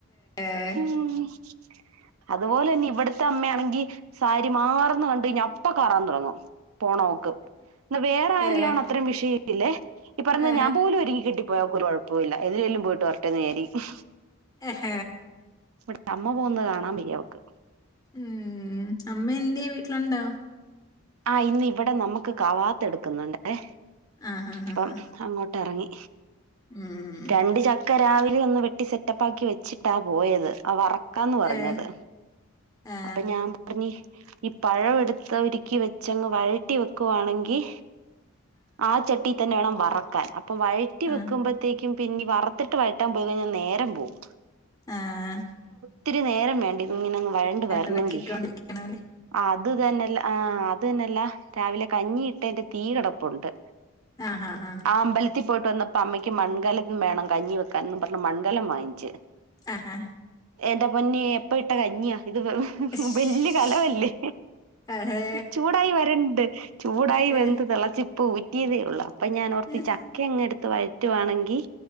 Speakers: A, on the left; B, on the right.
A: ഏ,
B: ഹും അതുപോലെന്നെ ഇവ്ടത്തെ അമ്മയാണെങ്കി സാരി മാറന്ന് കണ്ട് കഴിഞ്ഞ അപ്പ കാറാൻ തൊടങ്ങും പോണംന്നു നോക്കും എന്നാ വേറെ ആരെലോണ
A: ഏ,
B: വിഷയമി ല്ലേ ഈ പറഞ്ഞ
A: ഏ,
B: ഞാൻ പോലും ഒരുങ്ങി കെട്ടി പോകും നമുക്ക് കുഴപ്പമില്ല എവിടെലും പോയിട്ട് വര ട്ടേന്ന് വിചാരിക്കും
A: ഹ
B: പട്ടേ അമ്മ പോകുന്നത് കാണാൻ വയ്യ അവക്ക്
A: ഉം അമ്മ എഎന്ടെ വീട്ടിലുണ്ടാ
B: ആ ഇന്ന് ഇവിടെ നമുക്ക് കവാത്ത് എടുക്കുന്നുണ്ട് ഏ
A: ആഹാ ഹാ
B: അപ്പം
A: ഹാ
B: അങ്ങോട്ട് ഇറങ്ങി
A: ഉം
B: രണ്ട് ചക്കരവി <inaudible> സെറ്റപ്പാക്കി വെച്ചിട്ടാ പോയത് ച ക്കാന്ന് പറഞ്ഞത്
A: ഏ ആ
B: അപ്പൊ ഞാൻ പറഞ്ഞി ഈ പഴം എടുത്ത് ഒരുക്കി വെച്ചങ്ങ് വഴട്ടി വെക്കുവാണെങ്കിൽ ആ ചട്ടി തന്നെ വേണം വറക്കാൻ അപ്പം വഴറ്റി
A: ആ
B: വെക്കുമ്പോഴത്തേക്കും പിന്നെ വറത്തിട്ട് വഴട്ടാൻ പോയി കഴിഞ്ഞാൽ നേരം പോകവും
A: ആഹ
B: ഒത്തിരി നേരം വേണ്ടത് ഇങ്ങനെങ് വഴണ്ട വരണെങ്കിൽ
A: ഇളക്കിക്കൊണ്ടിരിക്കണം അല്ലേ
B: അത് തന്നെഅ ല്ല അത് തന്നെല്ലാം രാവിലെ കഞ്ഞി ഇട്ടതി്ന്റെ തീ കിടപ്പുണ്ട്
A: ആഹ് ആഹ് ആഹ
B: ആ അമ്പലത്തിൽ പോയിട്ട് വന്നപ്പോ അമ്മയ്ക്ക് മൺകലം വേണം കഞ്ഞി വെക്കാ ൻ എന്ന് പറഞ്ഞഞ് മൺകലം വങ്ങി
A: ആഹഹാ
B: എന്റൊ പൊന്നി എപ്പ ഇട്ടാ കഞ്ഞിയാ ഇത്
A: ഇശ്ശ്.
B: വലിയ കലമല്ലെ
A: അതെ
B: ചൂടായി വരുന്നു വരുന്നുണ്ട് ചൂടായി
A: ഏഹ്
B: വെന്ത് തിളച്ചി ഇപ്പോൾ ഊറ്റിയതേ ഒള്ളൂ അപ്പ ഞാൻഓർത്
A: ഉം
B: ചക്കഅങ്ങെ ടുത്ത് വയറ്റുവാണെങ്കിൽ